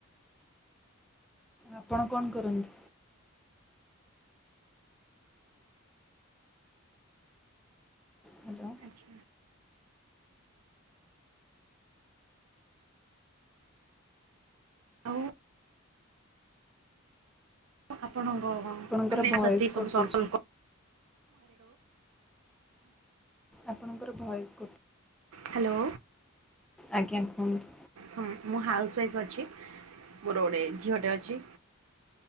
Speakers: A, in the centre; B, on the right.
A: ଆପଣ କଣ କରନ୍ତି? ହାଲୋ
B: ଆଚ୍ଛା ଆଉ ଆପଣଙ୍କ
A: ଆପଣଙ୍କର ଭଏସ୍
B: ସରକଲ୍
A: କଟୁଛି ଆପଣଙ୍କର ଭଏସ
B: ହ୍ୟାଲୋ,
A: ଆଜ୍ଞା କୁହନ୍ତୁ
B: ହଁ ମୁଁ ହାଉସ୍ୱା ୱାଇଫ୍ ଅଛି। ମୋର ଗୋଟେ ଝିଅଟେ ଅଛି